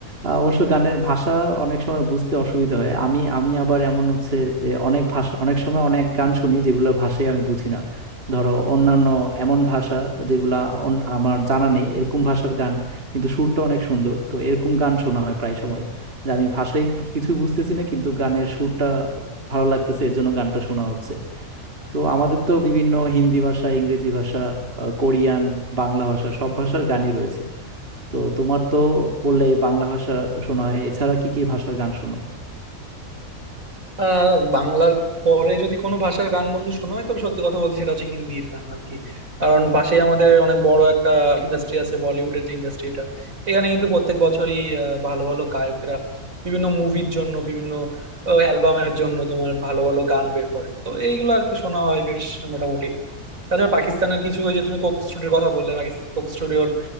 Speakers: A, on the right (about 40°); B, on the right (about 60°).
A: আহ, অবশ্য গানের ভাষা অনেক সময় বুঝতে অসুবিধা হয় আমি আমি আবার এমন হচ্ছে যে অনেক ভাষা অনেক সময় অনেক গান শুনি যেগুলোর ভাষাই আমি বুঝি না ধরো অন্যান্য এমন ভাষা যেগুলা অন- আমার জানা নেই এরকম ভাষার গান কিন্তু সুরটা অনেক সুন্দর তো এরকম গান শোনা হয় প্রায় সময় যে আমি ভাষাই কিছু বুঝতেছি না কিন্তু গানের সুরটা ভালো লাগতেছে এর জন্য গানটা শোনা হচ্ছে তো আমাদের তো বিভিন্ন হিন্দি ভাষা ইংরেজি ভাষা আহ, কোরিয়ান বাংলা ভাষা সব ভাষার গানই রয়েছে তো তোমার তো পড়লে এই বাংলা ভাষা শোনা হয় এছাড়া কি কি ভাষার গান শোনো
B: আহ বাংলার পরে যদি কোনো ভাষার গান বন্ধু শোনা হয় তবে সত্যি কথা বলতে সেটা হচ্ছে হিন্দির গান আর কি কারণ পাশেই আমাদের অনেক বড় একটা ইন্ডাস্ট্রি আছে বলিউডের যে ইন্ডাস্ট্রিটা এখানে কিন্তু প্রত্যেক বছরই আহ, ভালো ভালো গায়কেরা বিভিন্ন মুভির জন্য বিভিন্ন অ্যালবামের জন্য তোমার ভালো ভালো গান বের করেন তো এইগুলো আর কি শোনা হয় বেশ মোটামুটি তাছাড়া পাকিস্তানের কিছু ওই যে তুমি কোক স্টুডিওর কথা বললে পাকিস্তান কোক স্টুডিওর